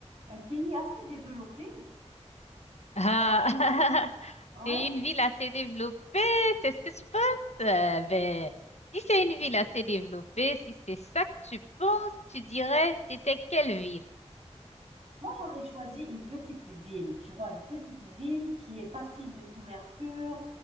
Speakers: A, on the right; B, on the left.
A: un pays assez développé.
B: Ah,
A: Alors,
B: <laughs>
A: je- ouais.
B: c'est une ville assez développée, c'est ce que tu penses? Euh, ben, si c'est une ville assez développée, si c'est ça que tu penses, tu dirais c'était quelle ville?
A: Moi, j'aurais choisi une petite ville, tu vois, une petite ville qui est facile de couverture,